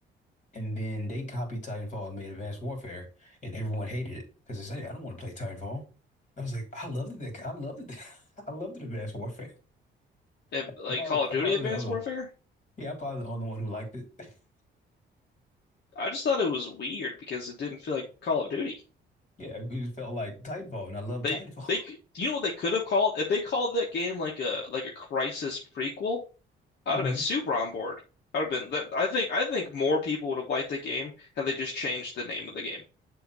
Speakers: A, on the left; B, on the left.
A: and then they copied Titanfall and made Advanced Warfare, and everyone hated it because they say, "Hey, I don't want to play Titanfall." I was like, I loved it. I loved it. <laughs> I loved it, Advanced Warfare.
B: If,
A: I
B: like
A: probably,
B: Call of Duty
A: I probably
B: Advanced
A: the only
B: Warfare,
A: one. Yeah, I probably the only one who liked it. <laughs>
B: I just thought it was weird because it didn't feel like Call of Duty.
A: Yeah, it just felt like Titanfall, and I loved
B: They
A: Titanfall.
B: they c- you know what they could have called if they called that game like a like a Crisis prequel, I'd
A: <laughs> hmm
B: have been super on board. I'd have been that I think I think more people would have liked the game had they just changed the name of the game.